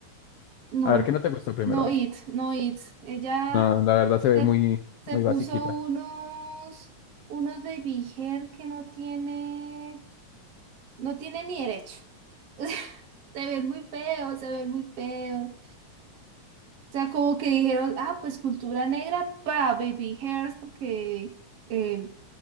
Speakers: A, on the right (about 60°); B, on the left (about 80°).
A: no,
B: A ver, ¿qué no te gustó primero?
A: no
B: A ver.
A: it, no it. Ella
B: No, la verdad se ve
A: se,
B: muy,
A: se
B: muy
A: puso
B: basiquita.
A: unos, unos baby hair que no tiene. no tiene ni derecho. <laughs> Se ven muy feos, se ven muy feos. O sea, como que dijeron, ah, pues cultura negra, pa, baby hairs, porque eh,